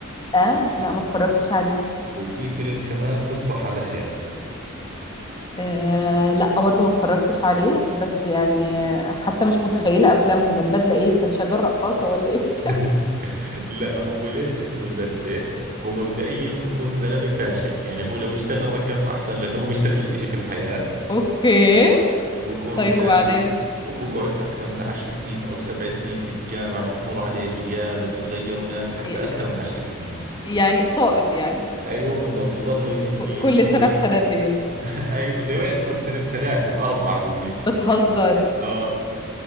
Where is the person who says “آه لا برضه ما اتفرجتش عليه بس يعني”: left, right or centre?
Left